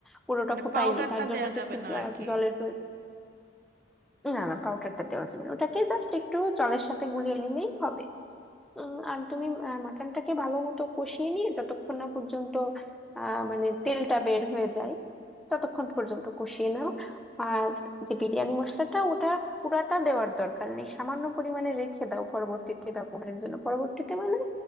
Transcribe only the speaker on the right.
মানে
পাউডারটা
দেয়া
যাবে
না
আর কি